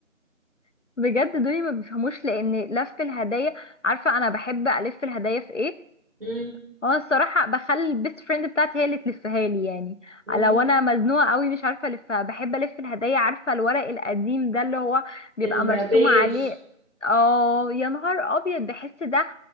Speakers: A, on the left; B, on the right.
A: بجد دول ما بيفهموش لان لف الهدايا عارفه انا بحب الف الهدايا في ايه
B: <laughs>
A: هو أنا الصراحه بخلي البيست فريند بتاعتي هي اللي تلفها لي يعني
B: مم.
A: لو انا مزنوقه قوي مش عارفه الفها بحب الف الهدايا عارفه الورق القديم ده اللي هو بيبقى
B: البيج
A: مرسوم عليه اه يا نهار ابيض بحس ده